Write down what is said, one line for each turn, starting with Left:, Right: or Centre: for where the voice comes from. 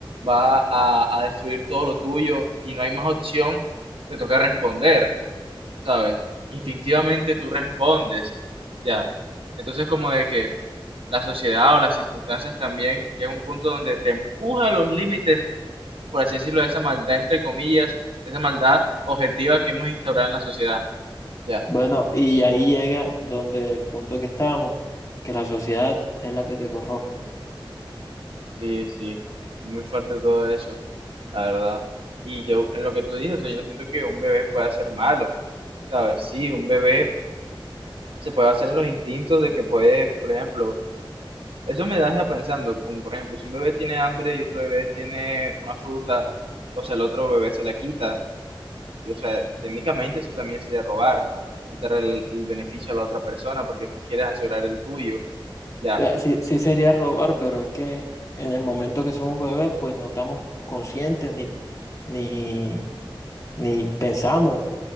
Right: va a, a destruir todo lo tuyo y no hay más opción, te toca responder, ¿sabes? Instintivamente tú respondes, ya. Entonces, como de que la sociedad o las circunstancias también llega a un punto donde te empuja a los límites por así decirlo, esa maldad, entre comillas, esa maldad objetiva que hemos instaurado en la sociedad. Ya,
Left: Bueno, y ahí llega donde el punto que estábamos, que la sociedad es la que te corrompe. O
Right: sí, sí, es muy fuerte todo eso, la verdad. Y yo, en lo que tú dices, o sea, yo no siento que un bebé pueda ser malo, ¿sabes? Sí, un bebé se puede hacer en los instintos de que puede, por ejemplo, eso me deja pensando, como por ejemplo, si un bebé tiene hambre y otro bebé tiene una fruta, o sea, el otro bebé se la quita, O sea, técnicamente eso también sería robar, quitar el, el beneficio a la otra persona porque tú quieres asegurar el tuyo. Ya,
Left: sea, sí, sí sería robar, pero es que en el momento que somos bebés, pues no estamos conscientes ni, ni, ni pensamos,